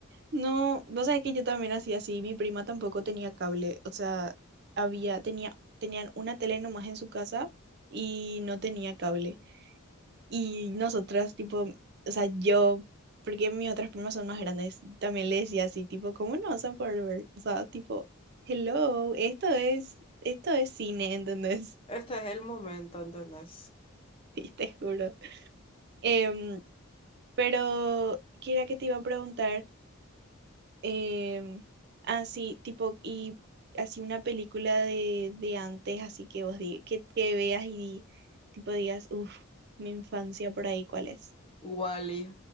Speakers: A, on the right; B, on the left.
A: No, vos sabés que yo también hacía así. Mi prima tampoco tenía cable. O sea, había, tenía, tenían una tele nomás en su casa y no tenía cable. Y nosotras, tipo, o sea, yo, porque mis otras primas son más grandes, también le decía así, tipo, ¿cómo no vas a poder ver? O sea, tipo, hello, esto es, esto es cine, ¿entendés? <laughs>
B: Este es el momento, ¿entendés?
A: Y te juro. Em, Pero, ¿qué era que te iba a preguntar? Em, así, tipo, y así una película de, de antes, así que vos digas, que, que veas y tipo digas, uff, mi infancia por ahí, ¿cuál es?
B: Wally,